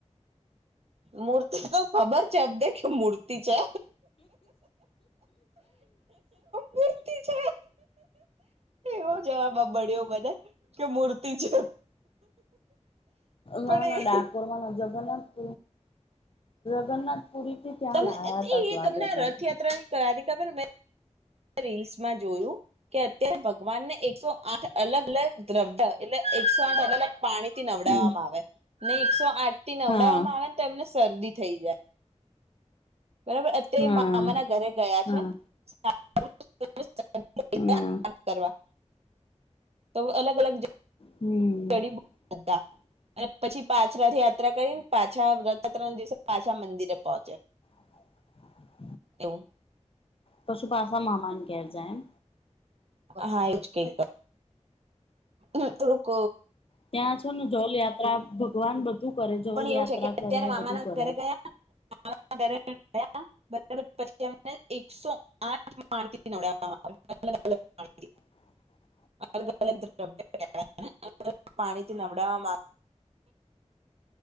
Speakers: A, on the right; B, on the left.
A: મૂર્તિ તો ખબર છે, અપ દે મૂર્તિ મૂર્તિ છે, મૂર્તિ છે એવો જવાબ, આબડ્યો મને કે મૂર્તિ છે.
B: ના
A: પડે
B: ના ડાકોરમા, નજર તો ના પ જગન્નાથ પુરીથી ત્યા
A: તમને
B: લાયા
A: એ
B: હતા, તો લાગે
A: તમને
B: ત્યાં
A: રથયાત્રાની કરાની ખબર રીલ્સમાં જોયું, કે અત્યારે ભગવાનને એકસો આઠ અલગ અલગ દ્રવ્ય એટલે એકસો, આઠ અલગ અલ પાણી થી નવડાવવામાં
B: ત્યાં
A: આવે ને એકસો, આઠ થી નવડાવવામા
B: હા
A: આવે ને તો એમને શરદી થઈ જાય. બરાબર, અત્યારે
B: હા
A: મામા ના ઘરે ગયા
B: હા
A: છે. <unintelligible>
B: હા
A: કરવા તો અલગ, અલગ
B: હમ
A: <unintelligible>
B: <unintelligible>
A: અને પછી પાછરા થી, યાત્રા કરીને પાછા રથયાત્રા ના દિવસે પાછા મંદિરે પહોંચ્યા
B: <unintelligible>
A: એવુ
B: પશુ પાસા માંમાના ઘેર, જાયન
A: હા, એજ કઈક રડક
B: ત્યા છો, ને જલ યાત્રા ભગવાન બધું કરે જલ
A: પણ એવું
B: યાત્રા
A: છે કે
B: કરે
A: અત્યારે મામાના
B: બધું કરે
A: ઘરે ગયા બરાબર, <unintelligible> પછી એકસો આઠ માણ <unintelligible>
B: હ <unintelligible>
A: અલગ અલગ, દ્રવ્ય <unintelligible> પાણીથી નવડાવવામા